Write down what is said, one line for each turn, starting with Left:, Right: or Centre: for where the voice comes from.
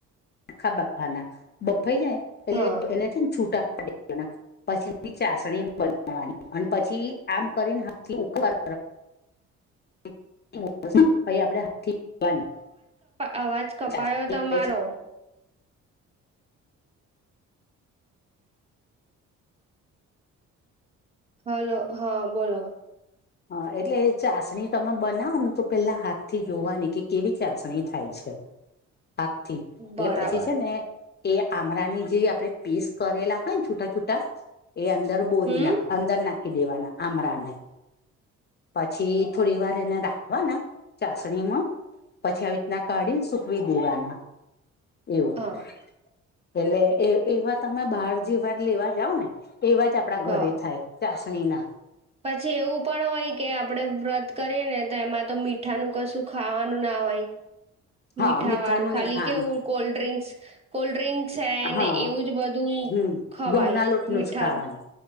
Left: આખા બાફવાના, બફાઈ જાય એટલે
Right: હા
Left: એને છે ને છૂટા પાડી દેવાના. પછી એની ચાસણી બનાવવાની અને પછી આમ કરીને હાથથી <inaudible> કરવા. <inaudible>
Right: અવાજ કપાયો
Left: ચાસણી
Right: તમારો.
Left: થાય છે
Right: હેલો હા બોલો.
Left: હ એટલે ચાસણી તમે બનાવોને તો પેલા હાથથી જોવાની કે કેવી ચાસણી થાય છે.
Right: <unintelligible>
Left: હાથ થી
Right: બરાબર
Left: એટલે પછી છે ને એ આમળની જે આપણે પીસ કરેલા હોય ને છૂટા છૂટા એ અંદર બોરી
Right: હમ
Left: નાખવાના, અંદર નાખી દેવાના આમરા ને પછી થોડી વાર એને રાખવાના ચાસણીમાં પછી આવી રીતના કાઢીને સુકવી દેવાના એવું.
Right: હા
Left: એટલે એ એવા તમે બહાર જેવા લેવા જાવ ને એવા જ આપણા ઘરે
Right: હા
Left: થાય. ચાસણીમાં
Right: પછી એવું પણ હોય કે આપણે વ્રત કરીએ ને તો એમાં તો મીઠાનું કશું ખાવાનું ના હોય. મીઠાવાળું
Left: હા મીઠાનું
Right: ખાલી
Left: નહી ખાવાનું
Right: કેવું કોલ્ડડ્રિંક્સ કોલ્ડડ્રિંક્સ છે
Left: હા
Right: ને એવું જ બધું
Left: હમ
Right: ખવાય
Left: ઘઉં ના લોટનું
Right: મીઠા
Left: જ ખાવાનું